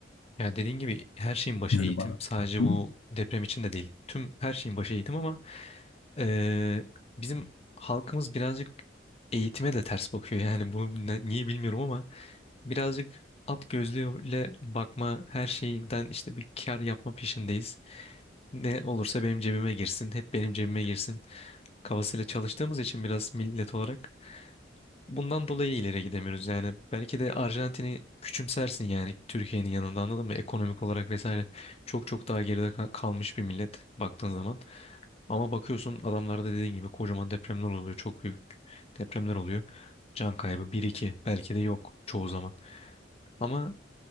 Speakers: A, on the left (about 35°); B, on the left (about 75°).
A: Yani dediğin gibi her şeyin başı
B: Yani
A: eğitim.
B: bana.
A: Sadece
B: Hı
A: bu
B: hı.
A: deprem için de değil. Tüm her şeyin başı eğitim ama eee, bizim halkımız birazcık eğitime de ters bakıyor. <laughs> Yani bunu ne- niye bilmiyorum ama birazcık at gözlüğüyle bakma her şeyden işte bir kar yapma peşindeyiz. Ne olursa benim cebime girsin, hep benim cebime girsin kafasıyla çalıştığımız için biraz millet olarak Bundan dolayı ileri gidemiyoruz yani. Belki de Arjantin'i küçümsersin yani Türkiye'nin yanında anladın mı? Ekonomik olarak vesaire çok çok daha geride ka- kalmış bir millet baktığın zaman. Ama bakıyorsun adamlarda dediğin gibi kocaman depremler oluyor. Çok büyük depremler oluyor. Can kaybı bir iki belki de yok çoğu zaman. Ama